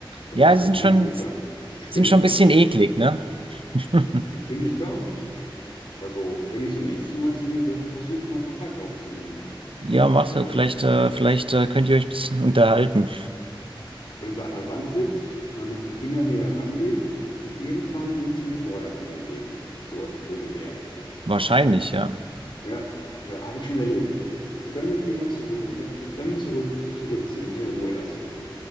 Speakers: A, on the left (about 65°); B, on the right (about 80°).
A: Also
B: ja,
A: das,
B: die
A: was
B: sind
A: man
B: schon,
A: richtig unter Spinne
B: sind schon
A: versteht.
B: ein bisschen eklig, ne? <laughs>
A: Und das finde ich gar nicht. Also wenn ich sie nächste Mal sehe, werde ich versuchen, mal Kontakt aufzunehmen.
B: Ja, mach's.
A: Also wenn,
B: Vielleicht, äh, vielleicht äh, könnt ihr euch ein bisschen <laughs> unterhalten.
A: wenn sie an der Wand sitzt, mal mit dem Finger näher rangehen und irgendwann wird sie die Vorderbeine heben. So als Drohgebärde.
B: Wahrscheinlich, ja.
A: Ja, ja, habe ich schon erlebt. Und dann den Finger zurück und dann dann zurück, zurückziehen und sie in Ruhe lassen,